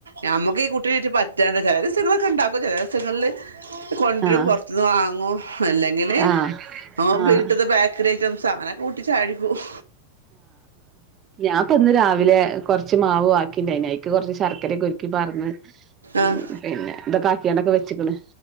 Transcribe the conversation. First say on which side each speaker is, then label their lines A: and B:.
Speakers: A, on the right; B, on the right.
A: നമ്മുക്ക് ഈ കുട്ടിനെ ഇട്ട് പറ്റാണ്ട് ചില ദിവസം വല്ലോം ഉണ്ടാക്കു. ചില ദിവസങ്ങളില് കൊണ്ടുവരും
B: ആഹ്
A: പുറത്തൂന്ന് വാ അങ്ങോ അല്ലങ്കില്
B: ആഹ്
A: നോമ്പ്
B: ആഹ്
A: കിട്ടുന്ന ബേക്കറി ഐറ്റംസ് അങ്ങനെ കൂട്ടി ചാടി പോകും.
B: ഞാൻ പിന്നെ രാവിലെ കുറച്ച് മാവ് മാവ് ആക്കി നനായിക്ക് കുറച്ച് ശർക്കരയൊക്കെ ഉരുക്കി പകർന്ന് മൂ
A: ആഹ്
B: പിന്നെ ഇത്ക്കെ ആക്കിഓണ്ട്ക്ക് വെച്ച്കേന്